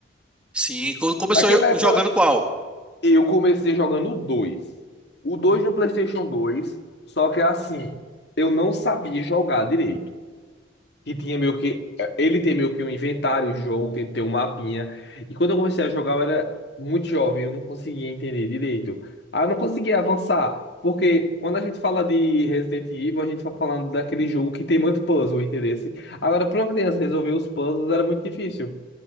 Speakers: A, in the centre; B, on the left (about 60°).
A: Sim, co- começou
B: Aquela
A: jo-
B: época
A: jogando qual?
B: eu comecei jogando o 2. O 2 no PlayStation 2, só que assim, eu não sabia jogar direito. que tinha meio que. eh, Ele tem meio que um inventário, o jogo, tem que ter um mapinha. E quando eu comecei a jogar, eu era muito jovem, eu não conseguia entender direito. Ah, eu não conseguia avançar. Porque quando a gente fala de Resident Evil, a gente tá falando daquele jogo que tem muito puzzle, entendeu? Agora, pra uma criança resolver os puzzles era muito difícil.